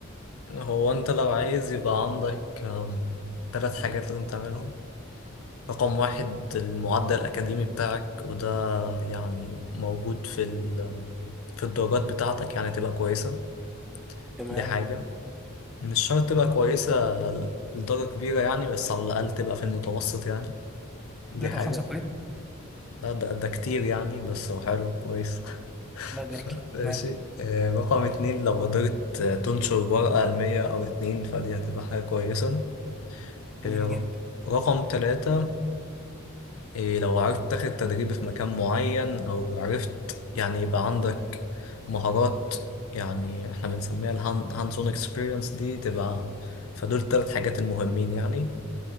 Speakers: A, on the left; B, in the centre.
A: هو انت لو عايز يبقى عندك أم، تلات حاجات لازم تعملهم رقم واحد المعدل الأكاديمي بتاعك وده يعني موجود في ال في الدرجات بتاعتك يعني تبقى كويسة
B: تمام
A: دي حاجة مش شرط تبقى كويسة لدرجة كبيرة يعني بس على الأقل تبقى في المتوسط يعني دي
B: ثلاثة
A: حاجة
B: وخمسة كويس
A: ده ده, ده كتير يعني بس هو حلو كويس
B: الله يبارك
A: <laughs>
B: لك
A: ماشي
B: تمام
A: آه، رقم اتنين لو قدرت آه، تنشر ورقة علمية أو اتنين فدي هتبقى حاجة كويسة
B: جميل
A: آه،
B: جدا
A: رقم تلاتة إيه لو عرفت تاخد تدريب في مكان معين أو عرفت يعني يبقى عندك مهارات يعني احنا بنسميها الهاندز اون اكسبيرينس دي تبقى فدول التلات حاجات المهمين يعني